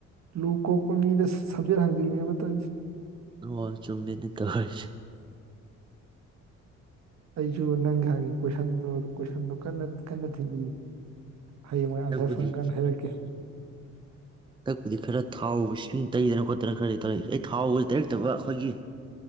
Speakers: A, on the right; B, on the right.
A: ꯂꯨ ꯀ‌ꯣꯛꯄ ꯃꯤꯗ ꯁꯝꯖꯦꯠ ꯍꯡꯖꯤꯜꯂ‌ꯦꯕ ꯇꯧꯔꯤꯁꯤ
B: <unintelligible> ꯆꯨꯝꯃꯤꯅ‌ꯦ ꯇꯧꯔꯤꯁ‌ꯦ
A: ꯑꯩꯁꯨ ꯅꯪ ꯍꯪꯉꯤ ꯀꯣꯏꯁꯟꯗꯨ ꯀꯣꯏꯁꯟꯗꯨ ꯀꯟꯅ ꯀꯟꯅ ꯊꯤꯖꯤꯜꯂꯤ ꯍꯌꯦꯡꯋꯥꯏ ꯑꯟꯁꯔ
B: ꯍꯟꯗꯛꯄꯨꯗꯤ
A: ꯐꯪꯀꯥꯟꯗ ꯍꯥꯏꯔꯛꯀꯦ
B: ꯇꯛꯄꯗꯤ ꯈꯔ ꯊꯥꯎ ꯏꯁꯤꯡ ꯇꯩꯗꯅ ꯈꯣꯠꯇꯅ ꯈꯔ ꯂꯩ ꯇꯧꯔꯛꯏ ꯑꯩ ꯊꯥꯎꯁ ꯇꯩꯔꯛꯇꯕ ꯑꯩꯈꯣꯏꯒꯤ